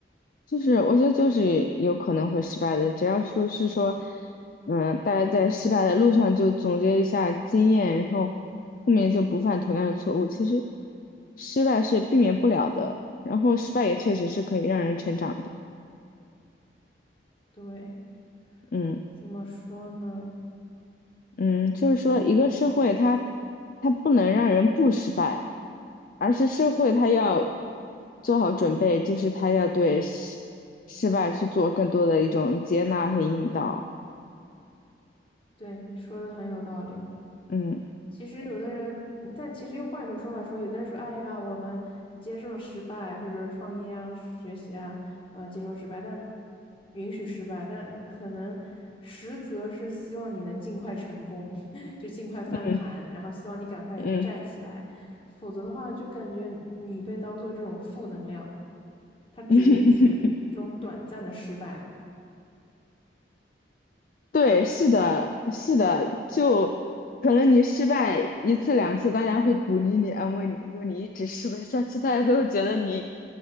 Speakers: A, on the left (about 50°); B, on the left (about 30°).
A: 就是我觉得就是有可能会失败的。只要说是说，嗯，大家在失败的路上就总结一下经验，然后后面就不犯同样的错误。其实失败是避免不了的，然后失败也确实是可以让人成长的。
B: 对，
A: 嗯。
B: 怎么说呢？
A: 嗯，就是说，
B: 嗯
A: 一个社会它它不能让人不失败，而是社会它要做好准备，就是它要对失失败去做更多的一种接纳和引导。
B: 对，你说的很有道理。
A: 嗯
B: 其实有的人，嗯但其实又换一种说法说，有的人说，哎呀，我们接受失败，或者说创业啊、学习啊，啊，接受失败，但允许失败，但可能实则是希望你能尽快成功，<laughs> 就尽快翻盘，
A: 嗯
B: 然后希望你赶快站起来，
A: 嗯。
B: 否则的话，就感觉你被当做这种负能量，他只允许这种短暂的失败，
A: <laughs> 对，
B: 就是
A: 是的，是的，就可能你失败一次两次，大家会鼓励你、安慰你。如果你一直失败下去，大家都会觉得你，